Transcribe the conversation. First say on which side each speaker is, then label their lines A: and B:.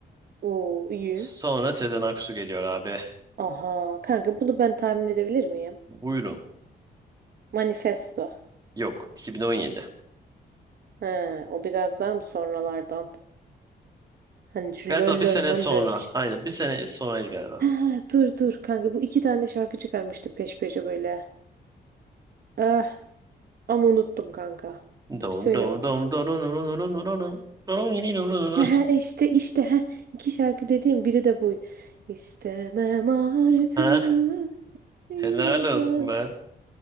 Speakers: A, on the right; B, on the right.
A: Oo iyi.
B: Sonra Sezen Aksu geliyor abi.
A: Aha kanka bunu ben tahmin edebilir miyim?
B: Buyurun.
A: Manifesto.
B: Yok 2017.
A: He, o biraz daha mı sonralardan? Hani şu
B: Galiba
A: lol
B: bir sene
A: lol mol
B: sonra.
A: lol bir şey.
B: Aynen bir sene sonraydı galiba.
A: Ha, dur dur kanka bu iki tane şarkı çıkarmıştı peş peşe böyle. Ah, ama unuttum kanka.
B: Dom
A: Dur bir söyle
B: dom
A: bakayım.
B: dom dom dom dom dom dom dom dom yini dom dom dom.
A: Ha,
B: <laughs>
A: işte işte ha iki şarkı dediğim biri de bu. İstemem artık
B: Ha,
A: niye
B: helal olsun
A: dön.
B: be.